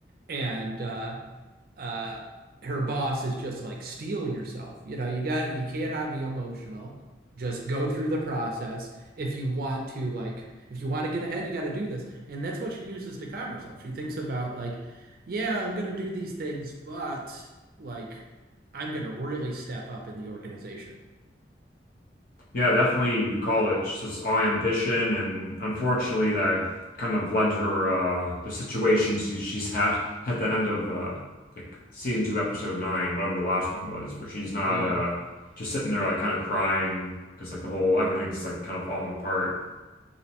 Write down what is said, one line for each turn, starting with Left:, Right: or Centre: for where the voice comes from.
Right: And uh uh her boss is just like steel yourself you know you got you cannot be emotional just go through the process if you want to like if you want to get ahead you got to do this and that's what she uses to calm herself she thinks about like yeah I'm gonna do these things but like I'm gonna really step up in the organization
Left: Yeah, definitely you call it. She's just all ambition, and unfortunately, that kind of led her uh the situation she- she's had <laughs> at the end of uh like season two, episode nine, whatever the last one was, where she's not
Right: yeah
Left: uh just sitting there like kind of crying because like the whole everything's like kind of falling apart.